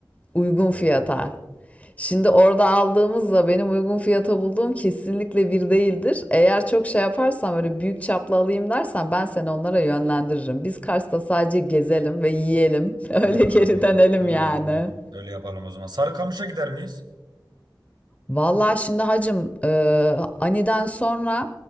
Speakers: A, on the left (about 20°); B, on the right (about 70°).
A: Uygun
B: Oo.
A: fiyata. Şimdi orada aldığımızla benim uygun fiyata bulduğum kesinlikle bir değildir. Eğer çok şey yaparsam öyle büyük çaplı alayım dersen ben seni onlara yönlendiririm. Biz Kars'ta sadece gezelim ve yiyelim. <laughs> Öyle
B: Hmm,
A: geri dönelim
B: tamam
A: yani.
B: tamam. Öyle yapalım o zaman. Sarıkamış'a gider miyiz?
A: Vallahi şimdi hacım eee Ani'den sonra